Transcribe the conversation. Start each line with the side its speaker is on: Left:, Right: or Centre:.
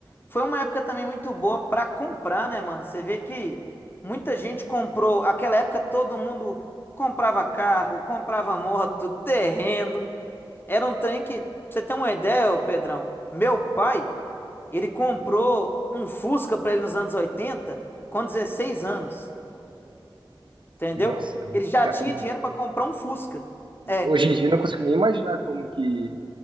Left: Foi uma época também muito boa pra comprar, né, mano? Você vê que muita gente comprou. Aquela época todo mundo comprava carro, comprava moto, terreno. Era um trem que, pra você tem uma ideia, ô Pedrão? Meu pai, ele comprou um Fusca pra ele nos anos 80 com 16 anos, entendeu?
Right: Nossa,
Left: Ele já
Right: ca-
Left: tinha dinheiro pra comprar um Fusca. É.
Right: hoje em dia eu não consigo nem imaginar como que